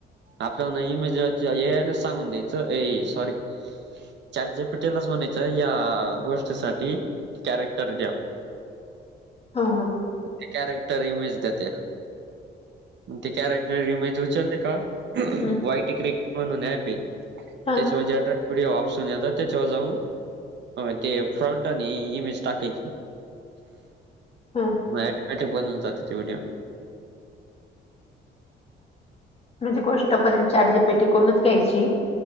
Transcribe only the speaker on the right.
आपल्याला इमेज ए आयला सांगून द्यायचं. ए सौरी चाट जीपीटी ला टेलास म्हणायचं, या गोष्टीसाठी कॅरेक्टर द्या.
ते कॅरेक्टर इमेज देते. ते कॅरेक्टर इमेज उचलते का?
वाईट इकरिक म्हणून एॅपे,
त्याच्यावर जनरल वडिओ ऑप्शन येतात. त्याच्यावर जाऊन ते फ्रँट आणि इमेज टाकायची.
म ऐटोमॅटीक बनून जात ते व्हडिओ.